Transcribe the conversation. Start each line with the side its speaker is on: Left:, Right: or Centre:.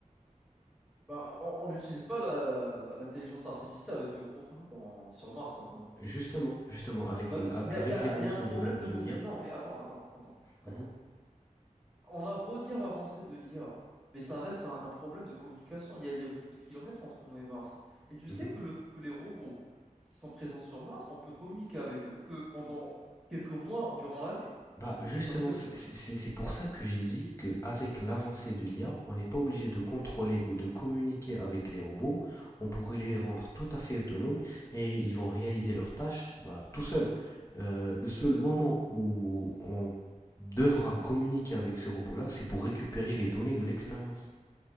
Centre: Bah, on on n'utilise pas la- la- l'intelligence artificielle avec le robot qu'on a dans- sur Mars maintenant.
Left: Justement, justement, avec,
Centre: Bah,
Left: avec
Centre: Il y a, il y a-
Left: l'évolution
Centre: il y a un problème
Left: de l'in- de
Centre: de mobilité.
Left: l'IA,
Centre: Non, mais attends, attends, attends,
Left: Mhm,
Centre: attends. On a beau dire l'avancée de l'IA, mais ça reste un, un problème de communication. Il y a, il y a beaucoup de kilomètres entre nous et Mars. Et tu
Left: mhm.
Centre: sais que, le- que les robots qui sont présents sur Mars, on peut communiquer avec eux que pendant quelques mois durant l'année,
Left: Bah justement,
Centre: parce que ça-
Left: c'est c'est- c'est pour ça que j'ai dit qu'avec l'avancée de l'IA, on n'est pas obligé de contrôler ou de communiquer avec les robots. On pourrait les rendre tout à fait autonomes et ils vont réaliser leurs tâches bah, tout seuls. Euh, le seul moment où on devra communiquer avec ces robots-là, c'est pour récupérer les données de l'expérience.